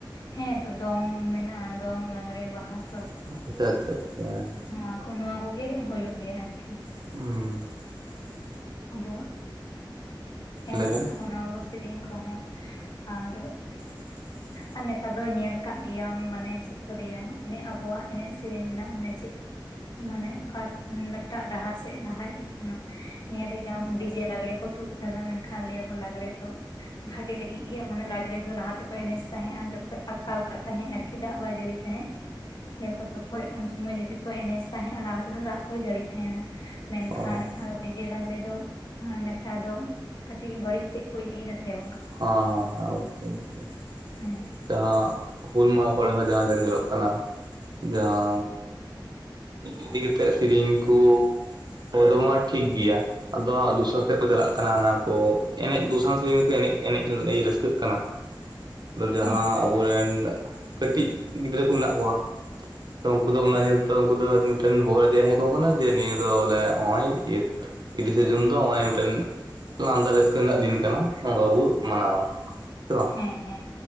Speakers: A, on the left; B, on the right.
A: ᱥᱮᱜ-ᱦᱮᱸᱛᱚ ᱫᱚᱝ ᱢᱮᱱᱟᱜᱼᱟ ᱫᱚᱝ ᱞᱟᱝᱲᱮ ᱵᱟᱦᱟ ᱾
B: ᱰᱷᱮ-ᱠ-ᱠᱚᱸᱜ ᱟᱪᱪᱷᱟ ᱟᱪᱪᱷᱟ ᱪᱟᱟ ᱾
A: ᱱᱚᱣᱟ ᱠᱚ ᱱᱚᱣᱟ ᱠᱚᱜᱮ ᱦᱳᱭᱳᱜ ᱜᱮᱭᱟ ᱟᱨᱠᱤ ᱾
B: ᱩᱸ ᱾
A: ᱟᱵᱚᱣᱟᱜ, ᱮᱱᱮᱡ
B: ᱞᱟᱹᱭ ᱵᱮᱱ
A: ᱠᱚᱦᱚᱸ ᱚᱱᱟ ᱥᱮᱹᱨᱮᱹᱧ ᱠᱚᱦᱚᱸ ᱟᱻᱨᱜ, ᱴᱦᱩᱝ ᱾
B: ᱴᱷᱚᱜ ᱾
A: ᱟᱨ ᱱᱮᱛᱟᱨ ᱫᱚ ᱧᱮᱞ ᱠᱟᱜ ᱜᱮᱭᱟᱢ ᱢᱟᱱᱮ ᱪᱮᱫ ᱠᱚ ᱞᱟᱹᱭᱟ ᱟᱵᱚᱣᱟᱜ ᱮᱱᱮᱡ ᱥᱮᱹᱨᱮᱹᱧ ᱨᱮᱱᱟᱜ ᱚᱱᱮ ᱪᱮᱫ ᱢᱟᱱᱮ ᱚᱠᱟ ᱮᱴᱟᱜ ᱰᱟᱦᱟᱨ ᱥᱮᱫ ᱞᱟᱦᱟ ᱤᱫᱤᱜ ᱠᱟᱱᱟ ᱾ ᱧᱮᱧ ᱮᱫᱟᱢ ᱰᱤᱡᱮ ᱞᱟᱜᱽᱲᱮ ᱠᱚ ᱛᱩᱫ ᱠᱟᱫᱟ ᱢᱮᱱᱠᱷᱟᱱ ᱞᱟᱹᱭ ᱟᱵᱚ ᱞᱟᱜᱽᱲᱮ ᱠᱚ ᱾ ᱵᱷᱟᱜᱮ ᱞᱟᱹᱜᱤᱫ ᱜᱮ ᱤᱭᱟᱹ ᱢᱟᱱᱮ ᱞᱟᱜᱽᱲᱮ ᱫᱚ ᱞᱟᱦᱟᱛᱮ ᱮᱱᱮᱡ ᱛᱟᱦᱮᱜ-ᱟ᱾ ᱡᱚᱠᱷᱚᱱ ᱟᱠᱟᱞ ᱠᱟᱜ ᱛᱟᱦᱮᱜ ᱟᱨᱠᱤ ᱫᱟᱜ ᱵᱟᱭ ᱡᱟᱹᱲᱤ ᱛᱟᱦᱮᱜ ᱞᱟᱹᱭ ᱟᱠᱚᱛᱚ ᱦᱳᱭ ᱩᱱᱥᱩᱢᱚᱭ ᱡᱩᱫᱤ ᱠᱚ ᱮᱱᱮᱡ ᱛᱟᱦᱮᱜ-ᱟ᱾ ᱚᱱᱟ ᱠᱷᱟᱹᱛᱤᱨ ᱫᱟᱜ ᱠᱚ ᱡᱟᱹᱲᱤ ᱛᱟᱦᱮᱱᱟ ᱢᱮᱱᱠᱷᱟᱱ
B: ᱚ ᱦᱮᱸ ᱦᱮᱸ
A: ᱟᱨ ᱰᱤᱡᱮ ᱞᱟᱜᱽᱲᱮ ᱫᱚ ᱱᱮᱛᱟᱨ ᱫᱚ ᱠᱟᱹᱴᱤᱡ ᱵᱟᱹᱲᱤᱡ ᱥᱮᱫ ᱠᱚ ᱤᱫᱤᱭᱮᱫᱟ ᱥᱮ ᱵᱟᱝ
B: ᱦᱮ ᱦᱮ ᱦᱮ ᱚᱵᱚᱥᱥᱚᱭ ᱚᱵᱚᱥᱥᱚᱭ
A: ᱦᱮᱸ
B: ᱡᱟᱦᱟ ᱦᱩᱞ ᱢᱟᱦᱟ ᱠᱚᱨᱮ ᱦᱚ ᱡᱟᱦᱟ ᱫᱚ ᱧᱮᱞᱚᱜ ᱠᱟᱱᱟ ᱡᱟᱦᱟ ᱤᱫᱤ ᱠᱟᱛᱮᱜ ᱥᱮᱨᱮᱧ ᱠᱚ ᱚᱫᱚ ᱢᱟ ᱴᱷᱤᱠ ᱜᱮᱭᱟ ᱟᱫᱚ ᱦᱟᱸᱜ ᱫᱚᱥᱟᱨᱟ ᱥᱮᱫ ᱠᱚ ᱪᱟᱞᱟᱜ ᱠᱟᱱᱟ ᱚᱱᱟ ᱠᱚ ᱮᱱᱮᱡ ᱫᱚᱥᱟᱨᱟ ᱥᱮᱨᱮᱧ ᱠᱚ ᱮᱱᱮᱡ ᱮᱱᱮᱡ ᱨᱟᱹᱥᱠᱟᱹᱜ ᱠᱟᱱᱟ ᱟᱫᱚ ᱡᱟᱦᱟ
A: ᱦᱮᱸ
B: ᱟᱵᱚᱨᱮᱱ ᱠᱟᱹᱴᱤᱡ ᱜᱤᱫᱽᱨᱟᱹ ᱠᱚ ᱢᱮᱱᱟᱜ ᱠᱚᱣᱟ ᱩᱱᱠᱩ ᱫᱚ ᱚᱱᱟ ᱧᱮᱞᱛᱮ ᱩᱱᱠᱩ ᱫᱚ ᱵᱚᱦᱚᱜ ᱨᱮ ᱦᱮᱡ ᱟᱠᱚ ᱠᱟᱱᱟ ᱡᱮ ᱱᱤᱭᱟᱹ ᱫᱚ ᱵᱚᱞᱮ ᱱᱚᱜᱭᱚᱭᱱᱤᱭᱟᱹ ᱛᱤᱨᱤᱥᱮ ᱡᱩᱱ ᱫᱚ ᱱᱚᱜ-ᱚᱭ ᱢᱤᱫᱴᱮᱱ ᱞᱟᱸᱫᱟ ᱨᱟᱹᱥᱠᱟᱹ ᱨᱮᱱᱟᱜ ᱫᱤᱱ ᱠᱟᱱᱟ ᱱᱚᱝᱠᱟ ᱵᱚ ᱢᱟᱱᱟᱣᱟ ᱥᱮ ᱵᱟᱝ
A: ᱦᱮ ᱦᱮ